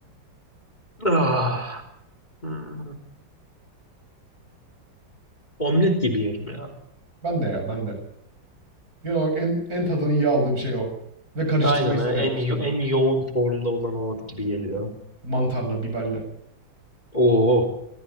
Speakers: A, on the left; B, on the right.
A: Ah, hmm. Omlet gibi yerim ya.
B: Ben de ya ben de. Genel olarak en, en tadını iyi aldığım şey o. Ve karıştırmayı
A: Aynen
B: severim
A: ha. en
B: işte.
A: yo- en yoğun formda olan o gibi geliyor.
B: Mantarla, biberle.
A: Oo,